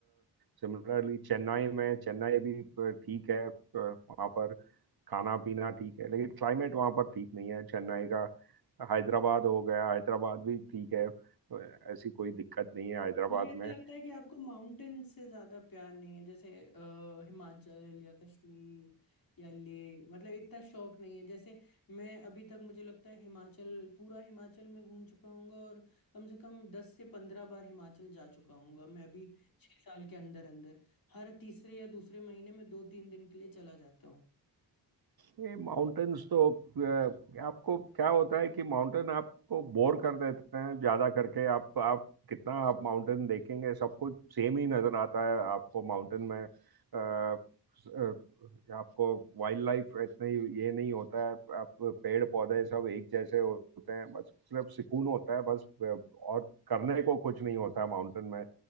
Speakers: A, on the right (about 60°); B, on the left (about 55°).
A: सिमिलरली uh, चेन्नई में चेन्नई भी अ, ठीक है अ, वहाँ पर खाना पीना ठीक है लेकिन क्लाइमेट वहाँ पर ठीक नहीं है चेन्नई का हैदराबाद हो गया हैदराबाद भी ठीक है अ, ऐसी कोई दिक्कत नहीं है हैदराबाद
B: मुझे ऐसा
A: में
B: लगता है कि आपको माउंटेन से ज्यादा प्यार नहीं है जैसे अ, हिमाचल या कश्मीर या लेह मतलब इतना शौक नहीं है जैसे मैं अभी तक मुझे लगता है हिमाचल पूरा हिमाचल मैं घूम चुका हूँ और कम से कम दस से पंद्रह बार हिमाचल जा चुका हूँ मैं अभी छह साल के अंदर अंदर हर तीसरे या दूसरे महीने में दो तीन दिन के लिए चला जाता हूँ
A: ये माउंटेन्स तो अ, आपको क्या होता है कि माउंटेन आपको बोर कर देते हैं ज़्यादा करके आप आप कितना आप माउंटेन देखेंगे सब कुछ सेम ही नज़र आता है आपको माउंटेन में अ, अ, आपको वाइल्ड लाइफ इतनी ये नहीं होता है आप पेड़ पौधे सब एक जैसे होते हैं बस सिर्फ सुकून होता है बस अ, और करने को कुछ नहीं होता है माउंटेन में